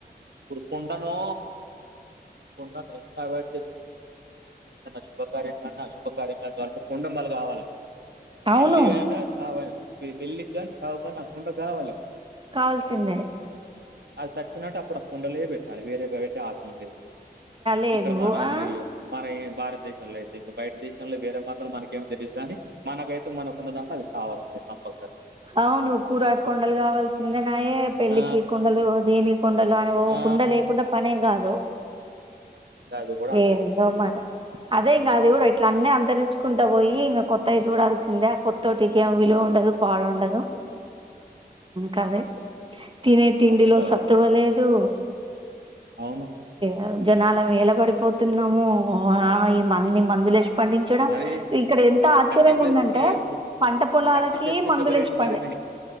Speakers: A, on the right; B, on the right.
A: ఇప్పుడు కుండనూ ఎంత దన్నా శుభకార్యం కానీ అశుభ కార్య కా కా కొండమలు కావాలని
B: అవును
A: పెళ్ళికైన చావైన పెళ్ళికని చావుకానీ ఆ కుండ కావాలి
B: కావల్సిందే
A: అది చచ్చినట్టు అప్పుడు ఆ కుండలే పెట్టాలి వేరే పెట్టే ఆచన లేదు
B: లేదు
A: ఇక్కడ మన
B: ఆ
A: మన ఏ భారతదేశంలో అయితే ఇంకా బయట దేశాల్లో వేరే మాత్రం మనకేం తెలీయదు కాగానీ మనకైతే మనకున్న దాకా అ కావాల్సిందే కంపల్సరీ
B: అవును కూరడు కొండలు కావాల్సిందే నాయే పెళ్ళికి
A: ఆ
B: కుండలు దేని కుండలో అని ఓ
A: ఆ
B: కుండ లేకుండా పనే కాదు
A: అది కూడా అంతరిక్ష
B: ఎంటో మరి అదే ఇంకా అది కూడా ఇట్లా అన్నీ అంతరించ తీకుంట పోయి ఇంకా కొత్తవి చూడాల్సిందే కొత్తోటిక ఏం విలువ ఉండదు పాడుండదు కాదే తినే తిండిలో
A: ఆధునిక
B: సత్వలేదు
A: లోకం. అవును
B: ఆ జనాల నిలబడిపోతున్నాము ఆ ఈ మంది మందులు లేసి పండించడం
A: మరి
B: ఇక్కడ ఎం టార్చర్
A: థర్టీ
B: ఏం
A: ప్లస్
B: ఉందంటే
A: కి ఇప్పుడు
B: పంట పొలాలకి
A: థర్టీ ప్లస్ కి
B: మందులేసి
A: షుగర్ ఏంటి
B: పండె
A: మరి మీ